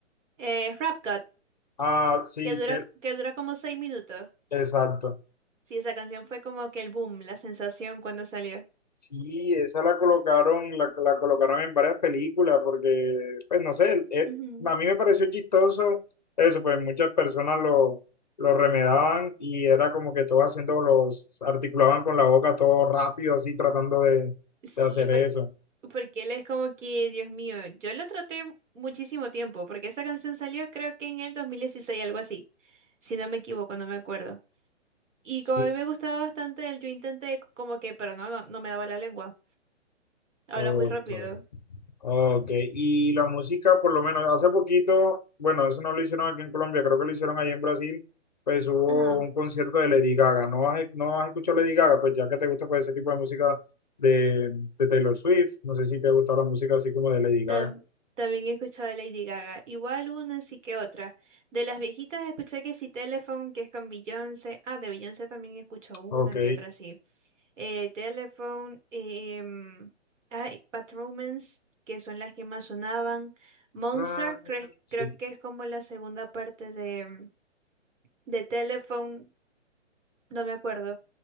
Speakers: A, on the right; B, on the left.
A: eh, Rap God,
B: Ah, sí,
A: que dura,
B: que
A: que dura como seis minutos.
B: exacto.
A: Sí, esa canción fue como que el boom, la sensación cuando salió.
B: Sí, esa la colocaron, la, la colocaron en varias películas porque, pues no sé, eh,
A: Ujú.
B: a mí me pareció chistoso eso, pues muchas personas lo, lo remedaban y era como que todos haciendo los, articulaban con la boca todo rápido, así tratando de,
A: Sí,
B: de hacer eso.
A: Porque él es como que, Dios mío, yo lo traté muchísimo tiempo, porque esa canción salió creo que en el 2016, algo así, si no me equivoco, no me acuerdo. Y
B: Sí,
A: como a mí me gustaba bastante él, yo intenté como que, pero no, no, no me daba la lengua, habla
B: ok.
A: muy rápido.
B: Ok, y la música, por lo menos hace poquito, bueno, eso no lo hicieron aquí en Colombia, creo que lo hicieron allá en Brasil, pues hubo
A: Ajá.
B: un concierto de Lady Gaga. ¿No has, no has escuchado Lady Gaga? Pues ya que te gusta pues, ese tipo de música de, de Taylor Swift, no sé si te ha gustado la música así como de Lady Gaga.
A: Tam- también he escuchado de Lady Gaga, igual una sí que otra. De las viejitas escuché que sí Telephone, que es con Beyoncé, ah, de Beyoncé también escucho una
B: Ok,
A: que otra sí. eh, Telephone, em, ay, Bad Romance, que son las que más sonaban. Monster,
B: Ah,
A: cre-
B: sí,
A: creo que es como la segunda parte de, de Telephone, no me acuerdo,